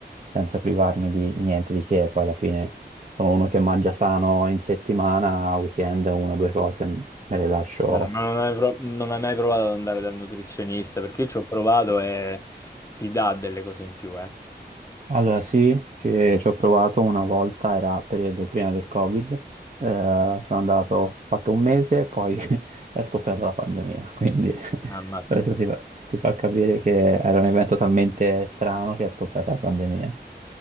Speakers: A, on the right; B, on the left.
A: senza privarmi di niente di che, poi alla fine sono uno che mangia sano in settimana, a weekend una o due cose me le lascio.
B: Dai, ma non hai, pro- non hai mai provato ad andare dal nutrizionista? Perché io ci ho provato e ti dà delle cose in più, eh.
A: Allora sì, ci, ci ho provato una volta, era periodo prima del Covid, eh, sono andato, ho fatto un mese e poi <laughs> è scoppiata la pandemia, quindi <laughs>
B: Ah, Ammazza.
A: questo ti fa, ti fa capire che era un evento talmente strano che è scoppiata la pandemia.